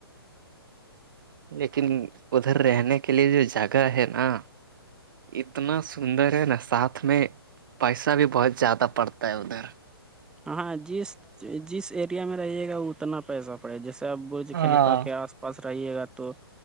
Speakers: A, on the right; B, in the centre.
A: لیکن ادھر رہنے کے لیے جو جگہ ہے نا اتنا سندر ہے نا ساتھ میں پیسہ بھی بہت زیادہ پڑتا ہے ادھر
B: ہاں جس جس ایریا میں رہیے گا اتنا پیسہ ے جیسے آپ برج
A: ہاں
B: خلیفہ کے آس پاس رہیے گا تو